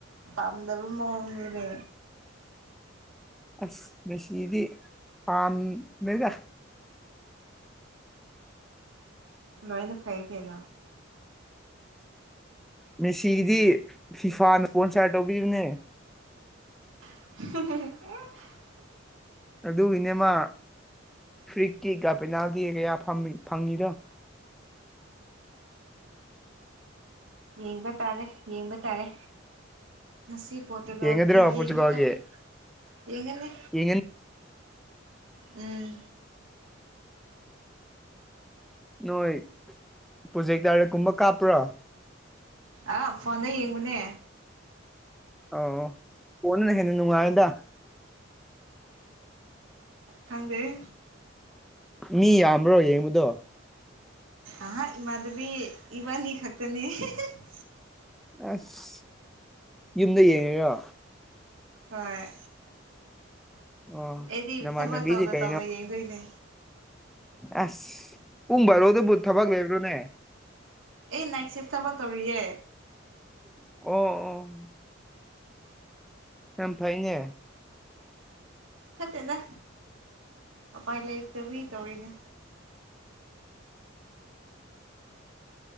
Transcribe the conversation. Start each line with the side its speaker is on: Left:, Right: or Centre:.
Right: ꯄꯥꯝꯗꯕ ꯃꯑꯣꯡꯅꯤꯅꯦ
Centre: ꯑꯁ ꯃꯦꯁꯤꯗꯤ ꯄꯥꯝꯃꯦꯗꯥ
Right: ꯂꯣꯏꯅ ꯐꯩ ꯀꯩꯅꯣ
Centre: ꯃꯦꯁꯤꯒꯤꯗꯤ ꯐꯤꯐꯥꯅ ꯏꯁꯄꯣꯟꯁꯔ ꯇꯧꯕꯤꯕꯅꯦ
Right: <unintelligible>
Centre: ꯑꯗꯨꯒꯤꯅꯦꯃꯥ ꯐ꯭ꯔꯤꯛꯀꯤꯀ ꯄꯦꯅꯥꯜꯇꯤꯒꯤꯒ ꯌꯥꯝ ꯐꯪ ꯐꯪꯉꯤꯗꯣ
Right: ꯌꯦꯡꯕ ꯇꯥꯔꯦ ꯌꯦꯡꯕ ꯇꯥꯔꯦ ꯉꯁꯤ ꯄꯣꯔꯇꯨꯒꯜꯒꯤ
Centre: ꯌꯦꯡꯒꯗ꯭ꯔꯣ
Right: ꯌꯦꯡꯕ
Centre: ꯄꯣꯔꯇꯨꯒꯜꯒꯤ
Right: ꯇꯥꯔꯦ ꯌꯦꯡꯉꯅꯤ
Centre: ꯌꯦꯡꯒꯅꯤ
Right: ꯎꯝ
Centre: ꯅꯣꯏ ꯄ꯭ꯔꯣꯖꯦꯛꯇꯔ ꯀꯨꯝꯕ ꯀꯥꯞꯄ꯭ꯔꯣ
Right: ꯑꯥ ꯐꯣꯟꯗ ꯌꯦꯡꯕꯅꯦ
Centre: ꯑ ꯐꯣꯟꯗꯅ ꯍꯦꯟꯅ ꯅꯨꯡꯉꯥꯏꯗꯥ
Right: ꯈꯪꯗꯦꯍꯦ
Centre: ꯃꯤ ꯌꯥꯝꯕ꯭ꯔꯣ ꯌꯦꯡꯕꯗꯣ
Right: ꯑꯥ ꯏꯃꯥꯟꯅꯕꯤ ꯏꯕꯥꯅꯤ ꯈꯛꯇꯅꯤ <unintelligible>
Centre: ꯑꯁ ꯌꯨꯝꯗ ꯌꯦꯡꯉꯤꯔꯣ
Right: ꯍꯣꯏ
Centre: ꯑꯣ
Right: ꯑꯩꯗꯤ
Centre: ꯅꯃꯥꯟꯅꯕꯤꯗꯤ
Right: ꯊꯕꯛ ꯇꯧꯅ
Centre: ꯀꯩꯅꯣ
Right: ꯇꯧꯅ ꯌꯦꯡꯗꯣꯏꯅꯦ
Centre: ꯑꯁ ꯄꯨꯡ ꯕꯥꯔꯣꯗꯕꯨ ꯊꯕꯛ ꯂꯩꯕ꯭ꯔꯣꯅꯦ
Right: ꯑꯦ ꯅꯥꯏꯠ ꯁꯤꯐ ꯊꯕꯛ ꯇꯧꯔꯤꯌꯦ
Centre: ꯑꯣ ꯑꯣ ꯌꯥꯝ ꯐꯩꯅꯦ
Right: ꯐꯠꯇꯦꯗ ꯎꯄꯥꯏ ꯂꯩꯇꯕꯒꯤ ꯇꯧꯔꯤꯅꯦ